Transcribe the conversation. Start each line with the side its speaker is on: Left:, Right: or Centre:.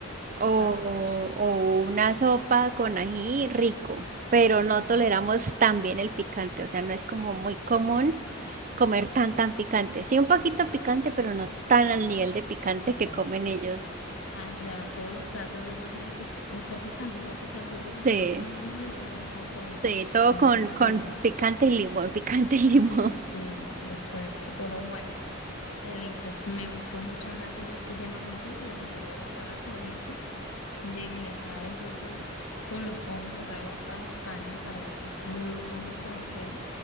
Right: o,
Left: sabroso.
Right: o una sopa con ají rico, pero no toleramos
Left: Uf,
Right: tan bien el picante, o sea, no es como muy común comer tan tan picante. Sí, un poquito picante, pero no tan al nivel de picante
Left: No, allá,
Right: que comen ellos.
Left: allá todos los platos de ellos tienen que usar picante, casi que al jugo también
Right: Sí,
Left: le meten un ají y una cosa ahí.
Right: sí, todo
Left: No,
Right: con,
Left: esto es increíble.
Right: con picante y limón, <laughs> picante y limón.
Left: Sí, sí,
Right: <laughs>
Left: es fuerte, pero bueno. Elisa, me gustó mucho hablar sobre este tema contigo y bueno, te voy a agarrar la sugerencia de viajar entonces con los ojos cerrados a España para ver si logro conocer